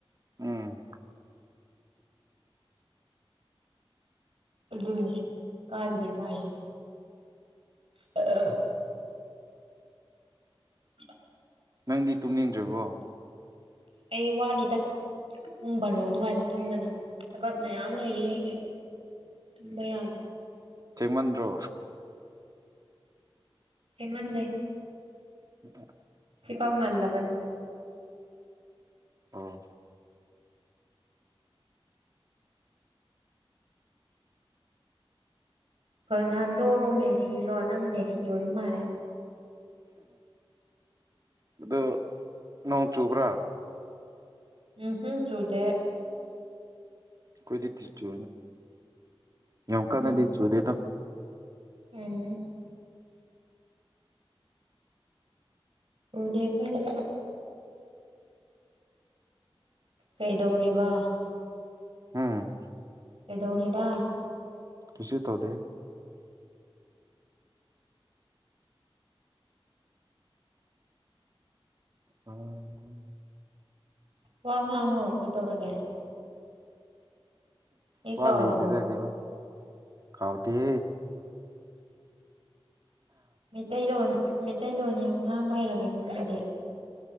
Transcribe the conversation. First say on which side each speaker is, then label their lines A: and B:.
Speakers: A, on the right; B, on the right.
A: ꯎꯝ
B: ꯅꯦ ꯀꯥꯏ ꯑꯗꯨꯗꯤ ꯀꯥꯏ ꯑ ꯑ <unintelligible>
A: ꯅꯪꯗꯤ ꯇꯨꯝꯅꯤꯡꯗ꯭ꯔꯔꯤꯕꯣ
B: ꯑꯩ ꯋꯥꯠꯂꯤꯗ ꯎꯨꯡꯕꯔꯣ ꯑꯗꯨꯃꯏꯅ ꯇꯨꯝꯒꯅꯤ ꯊꯕꯛ ꯃꯌꯥꯝ ꯂꯩꯔꯤ ꯑꯩꯒꯤꯦ ꯇꯨꯝꯕ ꯌꯥꯗꯦ
A: ꯁꯤꯃꯟ꯭ꯔꯣ
B: ꯊꯃꯗꯦ
A: ꯎꯝ
B: ꯁꯤꯐꯥꯎ ꯉꯜꯂꯕꯅꯦ
A: ꯑ
B: ꯔꯣꯅꯥꯜꯗꯣꯔꯣ ꯃꯦꯁꯤꯔꯣ ꯅꯪ ꯃꯦꯁꯤ ꯑꯣꯏ ꯃꯥꯜꯂꯦ
A: ꯝ ꯑꯗꯨꯗꯣ ꯅꯣꯡ ꯆꯨꯕ꯭ꯔꯥ
B: ꯎꯝ ꯍꯝ ꯆꯨꯗꯦ
A: ꯀꯣꯏꯗꯤ ꯊ ꯆꯨ ꯌꯧ ꯀ
B: ꯎꯝ
A: ꯅꯗꯤ ꯆꯨꯗꯦꯇ
B: ꯎꯝ ꯗꯔꯅꯦꯁꯨꯣ ꯀꯩꯗꯧꯔꯤꯕ
A: ꯎꯝ
B: ꯀꯩꯗꯧꯔꯤꯕ
A: ꯈꯁꯤꯌ ꯇꯧꯗꯦ ꯎꯝ
B: ꯋꯥꯉꯥꯡꯉꯣ ꯏꯠꯇꯧꯔꯒꯦ
A: ꯄꯂꯤ
B: ꯀꯥꯎꯔꯕꯣ
A: ꯀꯗ ꯀ ꯀꯥꯎꯗꯤ
B: ꯃꯩꯇꯩꯂꯣꯟ ꯃꯩꯇꯩꯂꯣꯟ ꯌꯥꯝ ꯉꯥꯡꯕ ꯍꯩꯔꯝꯃꯤꯀꯣ ꯃꯣꯏꯗꯤ